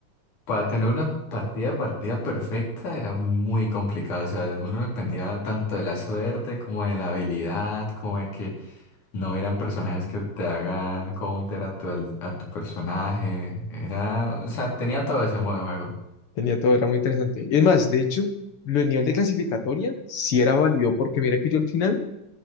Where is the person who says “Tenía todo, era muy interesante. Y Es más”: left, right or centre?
Left